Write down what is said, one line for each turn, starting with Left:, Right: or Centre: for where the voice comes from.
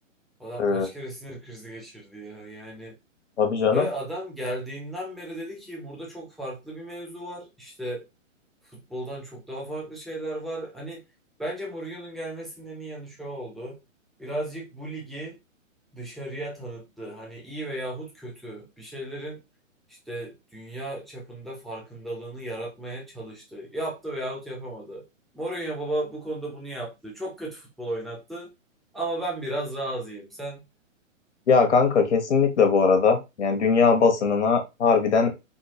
Centre: Adam
Left: Ee,
Centre: kaç kere sinir krizi geçirdi ya yani.
Left: tabii canım.
Centre: Ve adam geldiğinden beri dedi ki burada çok farklı bir mevzu var. İşte futboldan çok daha farklı şeyler var. Hani bence Mourinho'nun gelmesinin en iyi yanı şu oldu. Birazcık bu ligi dışarıya tanıttı. Hani iyi veyahut kötü bir şeylerin işte dünya çapında farkındalığını yaratmaya çalıştı. Yaptı veyahut yapamadı. Mourinho baba bu konuda bunu yaptı. Çok kötü futbol oynattı. Ama ben biraz razıyım. Sen?
Left: Ya kanka kesinlikle bu arada. Yani dünya basınına harbiden